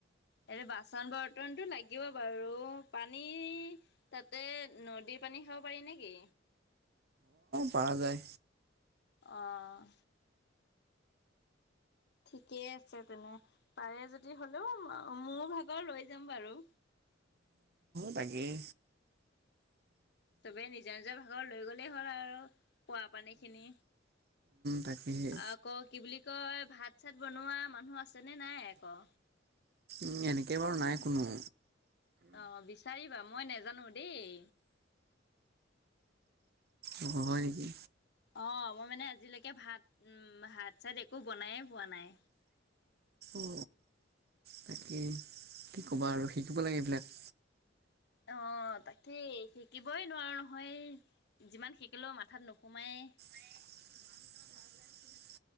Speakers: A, on the left (about 60°); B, on the right (about 55°).
A: এনে বাচন বৰ্তনটো লাগিব বাৰু পানী তাতে নদীৰ পানী খাব পাৰি নেকি।
B: পৰা যায়।
A: অঁ ঠিকেই আছে তেনে পাৰে যদি হলেও মোৰ ভাগৰ লৈ যাম বাৰু।
B: তাকেই।
A: চবেই নিজৰ নিজৰ ভাগৰ লৈ গ'লেই হ'ল আৰু। পোৱা পানী খিনি
B: তাকেহে
A: আকৌ কি বুলি কয়। ভাত চাত বনোৱা মানুহ আছেনেে নাই আকৌ।
B: উম এনেকে বাৰু নাই কোনো।
A: অ বিচাৰিবা মই নজানো দেই।
B: অ হয় নেকি।
A: অ মই মানে আজিলৈকে ভাত উম ভাত চাত একো বনাইে পোৱা নাই।
B: অ তাকেই কি কবা আৰু শিকিব লাগে এইবিলাক।
A: অ তাকেই শিকিবই নোৱাৰো নহয়। যিমান শিকিলোও মাথাত নোসোমাই।
B: <unintelligible>